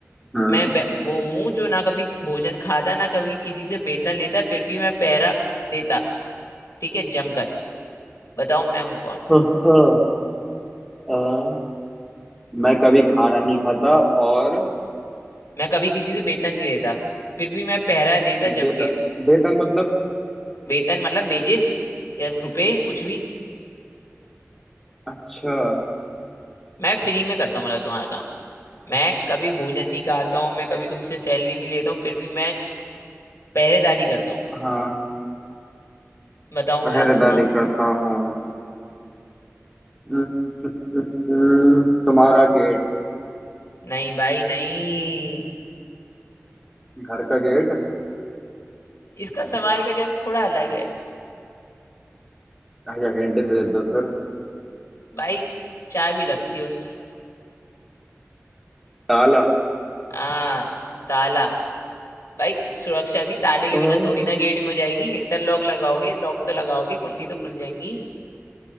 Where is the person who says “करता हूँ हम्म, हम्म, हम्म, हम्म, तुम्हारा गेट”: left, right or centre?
Centre